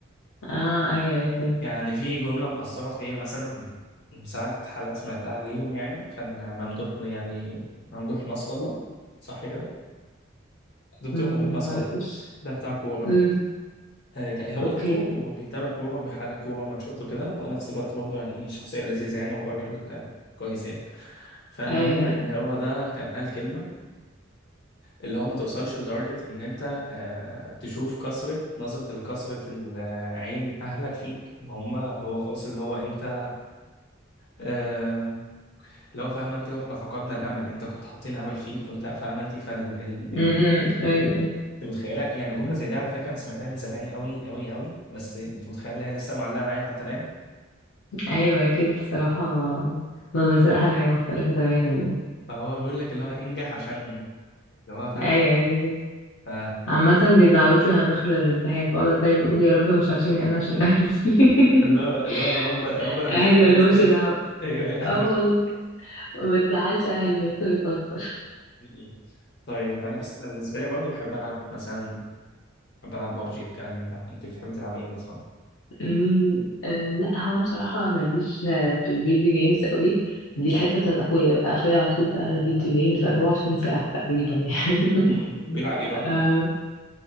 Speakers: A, on the left; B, on the left.
A: اه ايوه ايوه فاهم
B: يعني في جملة مأثرة فيا مثلا من من ساعة حلقة سمعتها ليهم يعني كان ممدوح يعني ممدوح نصر الله صح كده دكتور
A: امم
B: ممدوح نصر
A: معرفش
B: الله ده بتاع كورة
A: امم
B: آه، هو
A: اوكي
B: دكتور وبيتابع كورة وبيحلل كورة ماتشات وكده وبنفس الوقت برضه يعني شخصية لذيذة يعني وراجل آه، كويس يعني فالمهم
A: ايوه ايوه
B: ان هو ده كان قال كلمة اللي هو ما توصلش لدرجة ان انت آه، تشوف كثرة نظرة الكثرة العين اهلك فيك ان هم اللي هو خلاص اللي هو انت آه، اللي هو فاهم انت احنا فقدنا الامل انت كنت حاطين امل فيك وانت فاهم انت فال ال... ال...
A: امم ايوه أيوة.
B: انت متخيله يعني جمله زي دي على فكره انا سمعتها من زمان قوي قوي قوي بس انت متخيل إن هي لسه معلقه معايا حتى الان
A: ايوه اكيد بصراحه نظره
B: مم.
A: الاهل حاجه مختلفه تماما يعني
B: فهو بيقول لك اللي هو انجح عشانهم اللي هو فاهم
A: ايوه ايوه بجد.
B: ف...
A: عامه دي دعوتي وانا داخله الامتحان بقعد اتضايق بقول يا رب مش عشاني انا عشان اهلي
B: اللي هو
A: <laughs>
B: اللي هو يا رب يا رب انا مش
A: اهلي
B: عارف
A: مالهمش
B: انا ما استاهلش
A: دعوه
B: ايوه أيوة، انا
A: اه
B: مش
A: والله
B: <laughs>
A: ما تزعلش اهلي بس بتوتر
B: مم. طيب انا بس انا بالنسبه لي برضه بحب العب مثلا بحب العب ببجي والكلام من ده انت بتحب تلعب ايه مثلا؟
A: أمم، آه، لا هو انا بصراحه ماليش آه، في الفيديو جيمز قوي دي الحته بتاعت اخويا بقى اخويا على طول بقى فيديو جيمز 24 ساعه تقريبا يعني
B: مم. بيلعب ايه
A: <laughs>
B: بقى؟